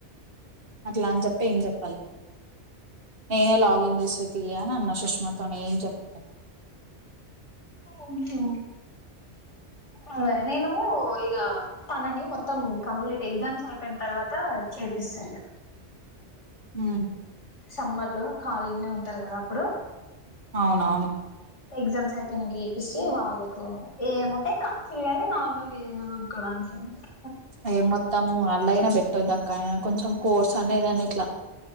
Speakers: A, on the right; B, on the left.
A: అట్లా అని చెప్పే ఏం చెప్పాలి నేనే లాగిన్ చేసే తీయ అని అన్న సుష్మాతోనే ఏం చెప్పలే
B: ఓహ అ నేను ఇ తనని మొత్తం కంప్లీట్ ఎగ్జామ్స్ అయిపోయిన తర్వాత చేపిస్తా ఇక
A: హ
B: చెమ్మర్లు ఖాళీగానే ఉంటారు కదా అప్పుడు
A: అవునవును
B: ఎగ్జా సయిపో న చప్పస్తే వాళ్ళలకు ఏముంటాయి ఖర్చులు నీ నార్మల్గా ఏదనా ఉ క్కనికినికి
A: ఏ మత్తమ్ అలాగనా పెట్ట్టందాక కా కొంచెం కోర్స్ అన్న ఏదన్నా ఇట్లా